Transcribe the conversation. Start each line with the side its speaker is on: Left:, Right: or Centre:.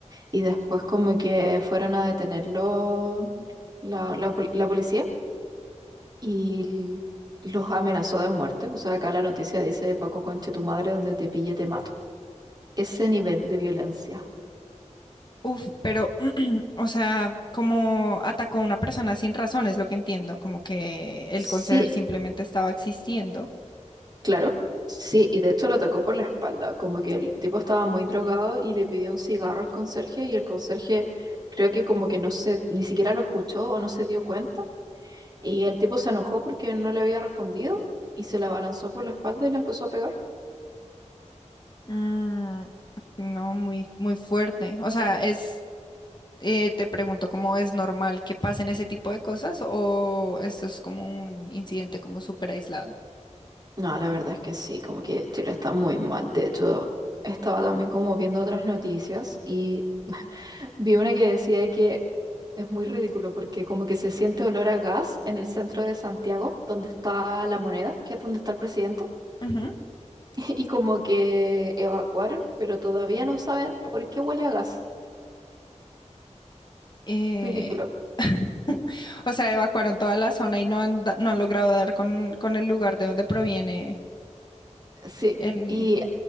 Right: Y después como que fueron a detenerlo la, la pol- la policía y los amenazó de muerte. O sea, acá la noticia dice, Paco, conche tu madre, donde te pille te mato. Ese nivel de violencia.
Left: Uf, pero, <clears throat> o sea, como atacó a una persona sin razón, es lo que entiendo, como que
Right: Sí,
Left: el conserje simplemente estaba existiendo.
Right: claro. Sí, y de hecho lo atacó por la espalda, como que el tipo estaba muy drogado y le pidió un cigarro al conserje y el conserje creo que como que no se, ni siquiera lo escuchó o no se dio cuenta y el tipo se enojó porque no le había respondido y se le abalanzó por la espalda y le empezó a pegar.
Left: Mm, no, muy, muy fuerte. O sea, es, eh, te pregunto, ¿cómo es normal que pasen ese tipo de cosas o esto es como un incidente como súper aislado?
Right: No, la verdad es que sí, como que Chile está muy mal. De hecho, estaba también como viendo otras noticias y vi una que decía que es muy ridículo porque como que se siente olor a gas en el centro de Santiago, donde está la moneda, que es donde está el presidente,
Left: Ujú.
Right: <laughs> y como que evacuaron, pero todavía no saben por qué huele a gas.
Left: Eh,
Right: Ridículo.
Left: <laughs> o sea, evacuaron toda la zona y no han, da- no han logrado dar con, con el lugar de donde proviene
Right: Sí,
Left: el...
Right: y